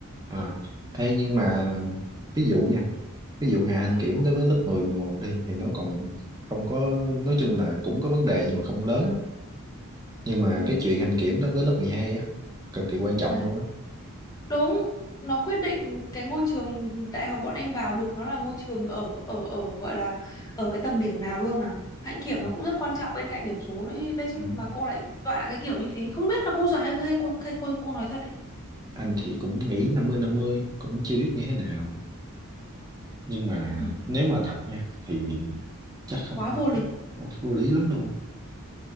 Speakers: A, on the right; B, on the left.
A: à Ê, nhưng mà ví dụ nha ví dụ hạ hành
B: vâng
A: kiểm đối với lớp mười mười một đi thì nó còn không có nói chung là cũng có vấn đề nhưng mà không lớn á nhưng mà
B: ừ.
A: cái chuyện hành kiểm đối với lớp 12 á cực kỳ quan trọng
B: dạ
A: luôn á
B: Đúng, nó quyết định cái ngôi trường đại học bọn em vào được nó là ngôi trường ở ở ở gọi là ở cái tầm điểm nào luôn mà. Hạnh kiểm
A: ừ.
B: nó cũng rất quan trọng bên cạnh điểm số nữa chứ đây chứ
A: Ừ.
B: mà cô lại dọa cái kiểu như thế, không biết là cô dọa hay, hay cô hay cô cô nói thật đấy.
A: anh thì cũng nghĩ năm mươi năm mươi cũng chưa biết như thế nào nhưng mà
B: Ừ,
A: nếu mà thật nha thì chắc không
B: quá vô lý.
A: chắc vô vô lý lắm luôn